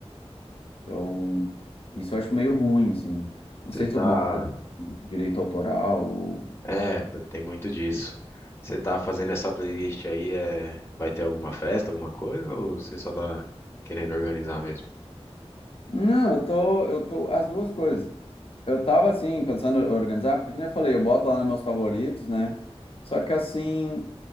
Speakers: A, on the left; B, on the left.
A: Então, isso eu acho meio ruim, assim. Não
B: Você
A: sei
B: tá.
A: se é alguma coisa de direito autoral ou.
B: É, tem muito disso. Você tá fazendo essa playlist aí, é... vai ter alguma festa, alguma coisa, ou você só tá querendo organizar mesmo?
A: Não, eu tô, eu tô, as duas coisas. Eu tava assim, pensando em organizar, porque como eu falei, eu boto lá nos meus favoritos, né? Só que assim.